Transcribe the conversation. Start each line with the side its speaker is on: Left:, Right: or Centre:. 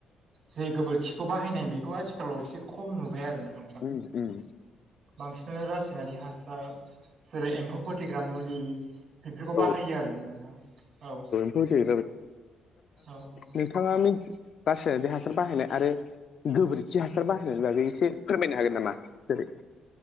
Right: जे गोबोरखिखौ बाहायनाय बेखौ आथिखालाव एसे खम नुबाय आरोना नों
Left: उम उम
Right: बांसिनानो रासायनारि हासार जेरै एम्फौ फोथैग्रा मुलि बेफोरखौ बाहायो
Left: औ
Right: आरोना नोंथां औ
Left: <unintelligible> ओमफ्राय
Right: औ औ
Left: नोंथाङा मिन रासायनारि हासार बाहायनाय आरो गोबोरखि हासार बाहायनायनि बागै एसे फोरमायनो हागोन नामा जेरै